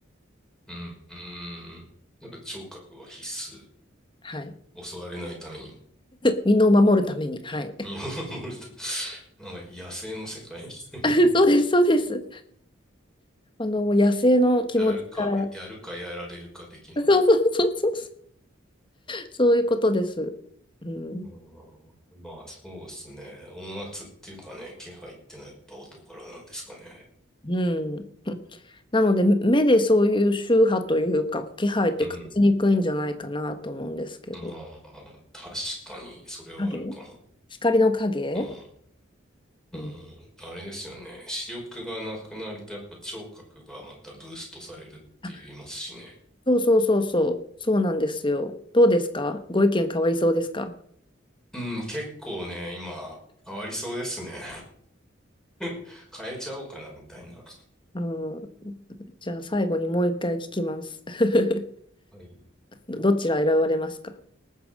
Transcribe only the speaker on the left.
はい。
身を守るために。はい。
<laughs> そうです、そうです。あの、もう野生の気持ちから。
そうそうそうそう。そういうことです。うん。
うん。なので、目でそういう周波というか、気配って感じにくいんじゃないかなと思うんですけど。
影光の影
うん。
あ、そうそうそうそう。そうなんですよ。どうですかご意見変わりそうですか
うん、じゃあ最後にもう一回聞きます。<laughs>
どどちら選ばれますか